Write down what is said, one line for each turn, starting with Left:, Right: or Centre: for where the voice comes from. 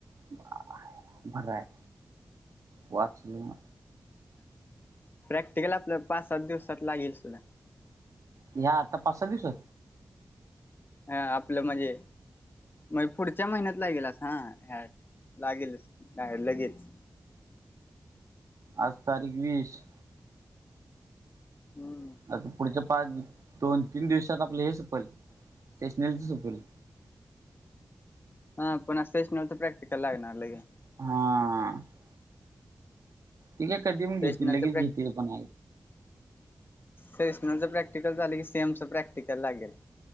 Right: बाय बराय वाचलो
Left: प्रॅक्टिकल आपलं पाच सात दिवसात लागेल सुद्धा,
Right: या्या आता पाच, सहा दिवसात,
Left: हा आपलं म्हणजे मग पुढच्या महिन्यात लागेल अस हा ह्या लागेल लगेच,
Right: आज तारीख वीस
Left: हम्म
Right: आता पुढच्या पाच दोन, तीन दिवसात आपलं हे सपल सेशनलच सपलं.
Left: हा पण अस सेशनल तर प्रॅक्टिकल लागणार लगेच.
Right: हा ते काय? कधी पण
Left: सेशनलचं
Right: घेतील लगेच घेतील पण
Left: सेशनलच प्रॅक्टिकल झाले की सेमच प्रॅक्टिकल लागेल.